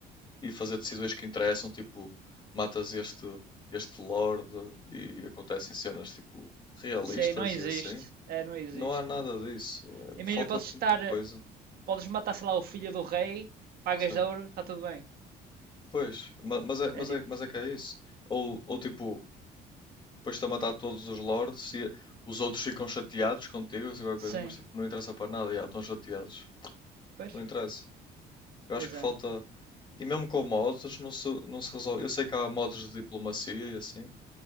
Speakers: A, on the left; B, on the right.
A: e fazer decisões que interessam, tipo, matas este, este lord e acontecem cenas, tipo, realistas
B: Sim, não existe.
A: e assim,
B: É, não existe,
A: não há nada
B: não.
A: disso. é-
B: Imagina,
A: falta
B: podes
A: tanta
B: estar.
A: coisa.
B: eh, Podes matar, sei lá, o filho do rei, pagas
A: Sim.
B: de ouro, está tudo bem.
A: Pois, ma- mas é, mas
B: É
A: é,
B: tipo,
A: mas é que é isso. Ou, ou tipo, depois-te a matar todos os lords e os outros ficam chateados contigo, isso é qualquer
B: sim.
A: coisa, mas tipo, não interessa para nada, já estão chateados.
B: Pois?
A: Não interessa. Eu acho
B: Pois
A: que
B: é.
A: falta. E mesmo com mods, não se, não se resolve. Eu sei que há mods de diplomacia e assim,